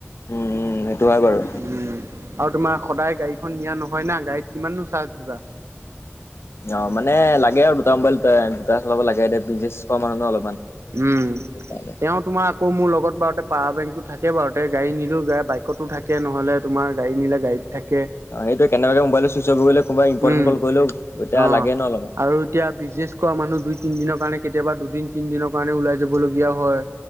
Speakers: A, on the left; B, on the right.
A: উম উম সেইটো হয় বাৰু।
B: উম আৰু তোমাৰ সদায় গাড়ীখন নিয়া নহয় না গাড়ীত কিমাননো চাৰ্জ দিবা।
A: অ মানে লাগে আৰু দুটা মোবাইল দুটাই টা চলাব লাগে দে বিনজিছ কৰা মানুহ ন অলপমান
B: উম।
A: সেইকাৰণে।
B: তেওঁ তোমাৰ আকৌ মোৰ লগত বাৰুতে পাৱাৰ বেংকটো থাকে বাৰুতে গাড়ী নিলোঁ বাইকতো থাকে নহ'লে তোমাৰ গাড়ী নিলে গাড়ীত থাকে।
A: অ সেইটো কেনেবাকে মোবাইল চুইছ অফ হৈ গলেও কোনোবা ইম্পৰ্টেট
B: উম
A: কল কৰিলেও তেতিয়া
B: অ'।
A: লাগে ন অলপমান।
B: আৰু এতিয়া বিজেছ কৰা মানুহ দুই তিনিদিনৰ কাৰণে কেতিয়াবা দুদিন তিনিদিনৰ কাৰণে ওলাই যাবলগীয়া হয়।